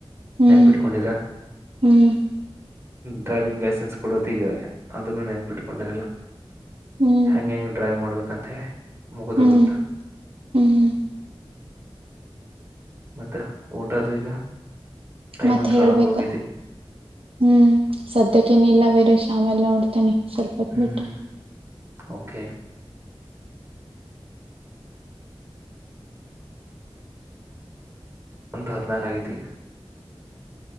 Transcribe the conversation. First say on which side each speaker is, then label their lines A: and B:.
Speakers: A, on the right; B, on the right.
A: ಹ್ಮ್
B: ನೆನ್ಪಿಟ್ಕೊಂಡಿರ
A: ಹ್ಮ್
B: ಡ್ರೈವಿಂಗ್ ಲೈಸೆನ್ಸ್ ಕೊಡೋತ್ತಗಿದೆ ಅದನ್ನು ನೆನ್ಪಿಟ್ಕೊಂಡಿರಲಿಲ್ಲ
A: ಹ್ಮ್
B: ಹೆಂಗ ಹೆಂಗ ಡ್ರೈವ್ ಮಾಡ್ಬೇಕಂತ ಹೇಳಿ ಮುಗಿದ
A: ಹ್ಮ್
B: ಹೋಗುತ್ತ
A: ಹ್ಮ್
B: ಮತ್ತೆ ಊಟ ಅದು ಈಗ ಟೈಮ್
A: ಮತ್ತೆ
B: ಹತ್ರ
A: ಹೇಳ್ಬೇಕ
B: ಆಗ ಹೋಗೈತಿ
A: ಹ್ಮ್ ಸದ್ಯಕ್ಕೇನ ಇಲ್ಲ ಬೇರೆ ನಾವೆಲ್ಲ ನೋಡ್ತೇನಿ ಸ್ವಲ್ಪ ಹೊಪ್ಪ
B: ಹ್ಮ್
A: ಬಿಟ್ಟ
B: ಹ್ಮ್ ಓಕೆ ಒಂದು ಹದಿನಾರಗೈತಿ ಈಗ